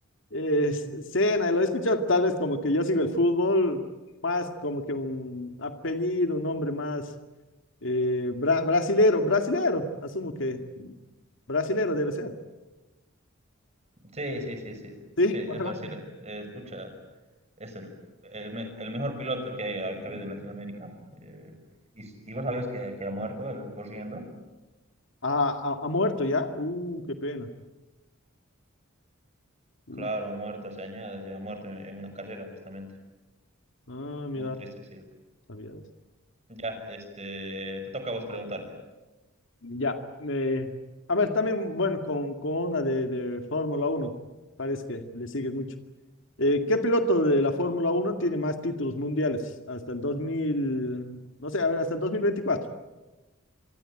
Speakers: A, on the left; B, on the right.
A: eh, cena, lo he escuchado tal vez como que yo sigo el fútbol, más como que un apellido, un nombre más eh, bra- brasilero, brasilero, asumo que brasilero debe ser.
B: Sí, sí, sí, sí.
A: Sí,
B: Sí, es
A: Ajá.
B: brasilero. Es, pucha, es el, el me- el mejor piloto que, hay- que ha habido en Latinoamérica. Eh, y, s- y vos sabías que, que ha muerto él corriendo.
A: ha, ha- ha muerto ya. Uh, qué pena. Uh,
B: Claro, ha muerto hace años, ya ha muerto en en una carrera justamente.
A: ah, mira,
B: Muy triste ha sido.
A: sabía de eso.
B: Ya, este, te toca a vos preguntarme.
A: Ya. eh, a ver, también, bueno, con, con una de, de Fórmula uno parece que le sigue mucho. Eh, ¿qué piloto de la Fórmula Uno tiene más títulos mundiales hasta el 2000, no sé, a ver, hasta el 2024?